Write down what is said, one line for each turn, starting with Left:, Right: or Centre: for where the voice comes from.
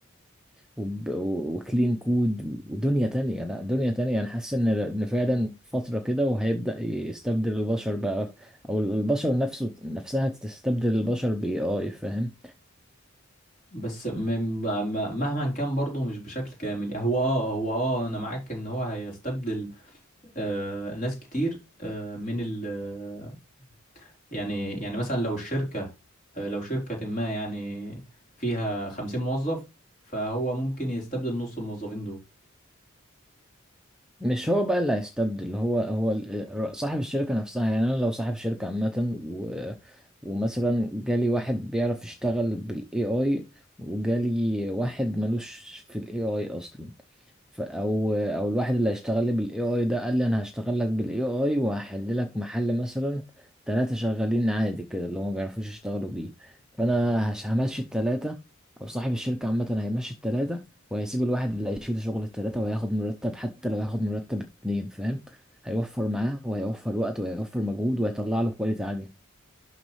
Centre: وب وكلين كود ودنيا تانية لا دنيا تانية انا حاسس ان إن فعلا فترة كده وهيبدأ يستبدل البشر بقى او البشر نفسه نفسها تستبدل البشر باي اي فاهم
Left: بس م- ما- ما- مهما كان برضه مش بشكل كامل هو اه هو اه انا معاك ان هو هيستبدل آه ناس كتير آه من ال يعني يعني مثلا لو الشركة آه لو شركة ما يعني فيها خمسين موظف فهو ممكن يستبدل نص الموظفين دول
Centre: مش هو بقى اللي هيستبدل هو هو ال- صاحب الشركة نفسها يعني أنا لو صاحب شركة عامة و ومثلا جالي واحد بيعرف يشتغل بال AI وجالي واحد ملوش في ال AI أصلا ف- او او الواحد اللي هيشتغل لي بالاي اي ده قال لي انا هشتغل لك بالاي اي وهحل لك محل مثلا ثلاثة شغالين عادي كده اللي هم ما بيعرفوش يشتغلوا بيه فانا هش- همشي الثلاثة او صاحب الشركة عامة هيمشي الثلاثة وهيسيب الواحد اللي هيشيل شغل الثلاثة وهياخد مرتب حتى لو هياخد مرتب اتنين فاهم هيوفر معاه وهيوفر وقت وهيوفر مجهود وهيطلع له كواليتي عالية